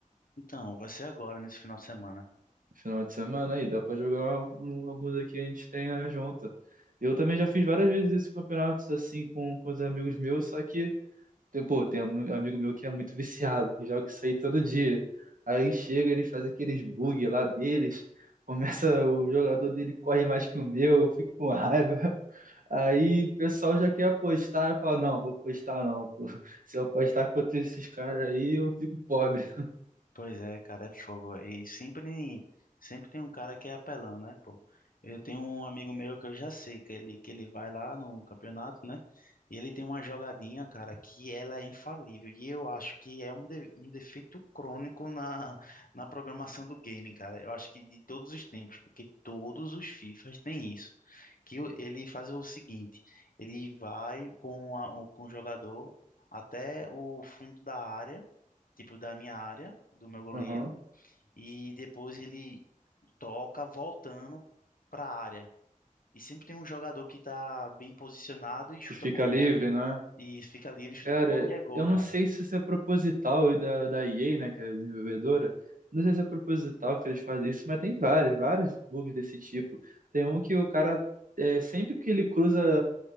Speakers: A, on the left; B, on the right.
A: Então, vai ser agora, nesse final de semana.
B: Final de semana aí, dá pra jogar um- alguns aqui, a gente treina junto. Eu também já fiz várias vezes isso, campeonatos assim com, com os amigos meus, só que Tem, pô, tem um amigo meu que é muito viciado, que joga isso aí todo dia. Aí chega, ele faz aqueles bug lá deles, começa, o jogador dele corre mais que o meu, eu fico com raiva. <laughs> Aí o pessoal já quer apostar, eu falo, não, vou apostar não, pô. Se eu apostar contra esses caras aí, eu fico pobre.
A: Pois é, cara, é fogo. E sempre, sempre tem um cara que é apelão, né, pô? Eu tenho um amigo meu que eu já sei que ele, que ele vai lá no campeonato, né? E ele tem uma jogadinha, cara, que ela é infalível. E eu acho que é um, de, um defeito crônico na, na programação do game, cara. Eu acho que de todos os tempos, porque todos os FIFAs têm isso. Que o- ele faz o seguinte, ele vai com, a, o- com o jogador até o fundo da área tipo, da minha área, do meu goleiro,
B: Uhum.
A: e depois ele toca voltando para a área. E sempre tem um jogador que tá bem posicionado e chuta
B: Que fica
A: pro gol.
B: livre, né?
A: E fica livre, chuta
B: Cara,
A: pro gol e é gol,
B: eu
A: cara.
B: não sei se isso é proposital da, da EA, né, que é a desenvolvedora. Não sei se é proposital que eles fazem isso, mas tem vários, vários bugs desse tipo. Tem um que o cara, é, sempre que ele cruza